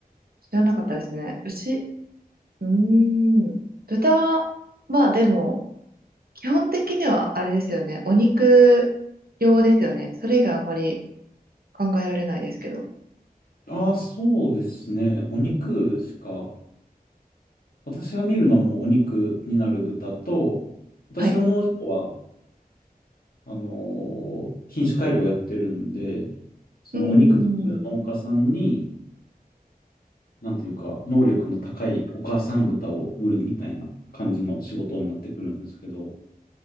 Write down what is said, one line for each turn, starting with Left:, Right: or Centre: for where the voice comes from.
Right: 知らなかったですね。牛、うーん。豚は、まあでも、基本的にはあれですよね。お肉用ですよね。それ以外あんまり考えられないですけど。
Left: ああ、そうですね。お肉しか、私が見るのもお肉になる豚と、私の農場は
Right: はい。
Left: あの、品種改良やってるんで、そのお肉作る農家さんに、
Right: うーん。
Left: なんていうか、能力の高いお母さん豚を売るみたいな感じの仕事になってくるんですけど、